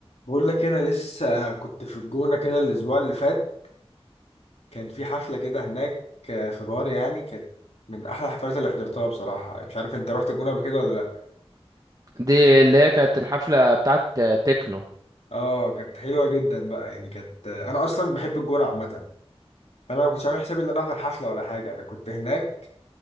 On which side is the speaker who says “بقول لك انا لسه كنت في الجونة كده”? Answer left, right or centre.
Left